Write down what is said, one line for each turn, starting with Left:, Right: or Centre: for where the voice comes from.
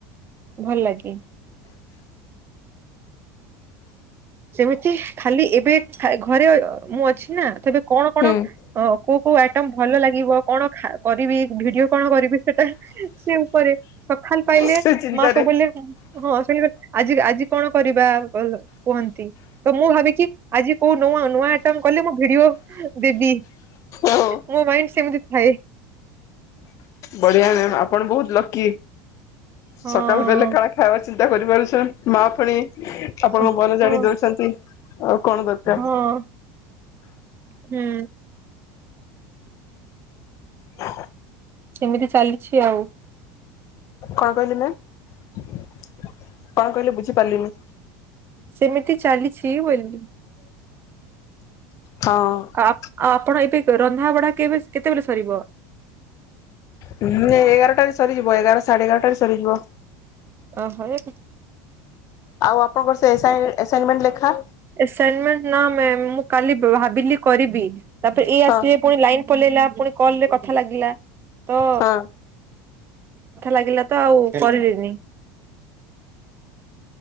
Right: ଭଲ ଲାଗେ ସେମିତି ଖାଲି ଏବେ ଘରେ ମୁଁ ଅ ଅ ନା ତବେ କଣ କଣ
Left: ହୁଁ
Right: କୋଉ କୋଉ ଆଇଟମ ଭଲ ଲାଗିବ କଣ କରିବି ଭିଡିଓ କଣ କରିବି ସେଟା ସେ ଉପରେ ଖାନ ପାଇଲେ
Left: ସେ ଚିନ୍ତାରେ
Right: ମା ସବୁ ବ ହଁ ଶୁ ଆଜି ଆଜି କଣ? କରିବାଲ କୁହନ୍ତି। ତ ମୁଁ ଭାବିକି ଆଜି କୋଉ ନୂଆ ନୂଆ ଆଟ କଲେ ମୁଁ ଭିଡିଓ ଦେବି
Left: ଓହୋ
Right: ମୋ ମାଇଣ୍ଡ ସେମତି ହାଇ
Left: ବଢିଆ ନାଇ ଆପଣ ବହୁତ ଲକି
Right: ହଁ।
Left: ସକାଳ ବେଲେ କାଣା ଖାଇବା ଅ ଚିନ୍ତା କରିପାରୁଛ ମା ପଣି ଆପଣଙ୍କ
Right: ହଁ
Left: ମନ ଜାଣି ଦଉଛନ୍ତି। ଆଉ କଣ ଦରକାର
Right: ହଁ ହୁଁ
Left: ହ
Right: କେମିତି ଚାଲିଛି ଆଉ
Left: କଣ କହିଲି ନା କଣ କହିଲି ବୁଝିପାରିଲିନି
Right: ସେମିତି ଚାଲି ଛି ବଲିଲି
Left: ହଁ।
Right: ଆପ ଆ ଆପଣ ଏବେ ରନ୍ଧା ବଢା କେବେ କେତେବେଳେ ସରିବ
Left: ହୁଁ ଏଗାରଟାରେ ସରିଯିବ ଏଗାର ସାଢେ ଏଗାରଟାରେ ସରିଯିବ
Right: ଓ ହ ଏ
Left: ଆଉ ଆପଣଙ୍କର ସେ ଏସା ଇ ଆଶାଇନମେଣ୍ଟ ଲେଖା
Right: ଆସାଇନମେଣ୍ଟ ନା ମାମ ମୁ କାଲି ବ୍ୟହାର ବିଲି କରିବି ତାପରେ ଏଇ ଆସିବେ
Left: ହଁ
Right: ପୁଣି ଲାଇନ ପଲେଇଲା ପୁଣି କଲରେ କଥା ଲାଗିଲା ତ
Left: ହଁ।
Right: ଲ ତ ଆଉ କରିବିନି <inaudible>